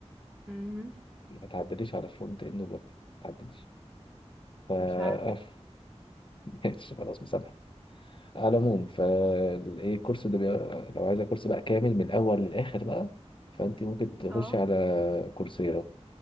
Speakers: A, on the right (about 20°); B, on the left (about 50°).
A: امم
B: ما تعدليش على فرونت اند وباك ما تعدليش ف <laughs>
A: مش هعدل
B: ماشي خلاص مسامح على العموم فالايه الكورس ده بي... لو عايزة كورس بقى كامل من الاول للاخر بقى فانت ممكن تخش
A: اه
B: على كورسيرا